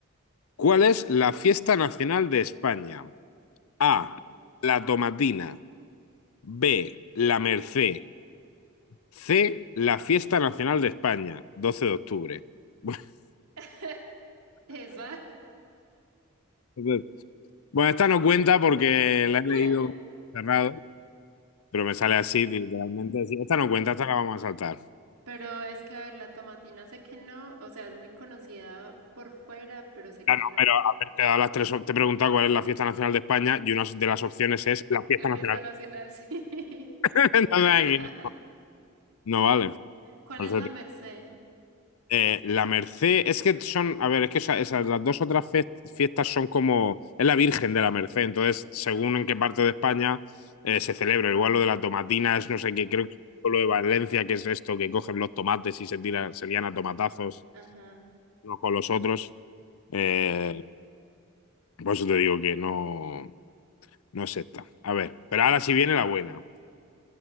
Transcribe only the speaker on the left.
¿Cuál es la fiesta nacional de España? A.
La tomatina. B. La merced. C, la Fiesta Nacional de España, 12 de octubre. <laughs>
Bueno, entonces- bueno, esta no cuenta porque
la he leído cerrado, pero me sale así, literalmente así. Esta no cuenta, esta la vamos a saltar.
Ah, no,
pero a ver, te he dado las tres, op- te he preguntado cuál es la Fiesta Nacional de España y una de las opciones es la Fiesta
Nacional.
<laughs> Entonces
ahí no vale.
Por
eso
Eh, la Merced, es que son, a ver, es que esa- esas, las dos otras fe- fiestas son como, es la Virgen de la Merced, entonces, según en qué parte de España eh, se celebra, igual lo de la tomatina es no sé
qué, creo que es lo de Valencia, que es esto, que cogen los tomates y se tiran, se lían a tomatazos
unos con los otros, Eh,
por eso te digo que no, no es esta. A ver, pero ahora sí viene la buena.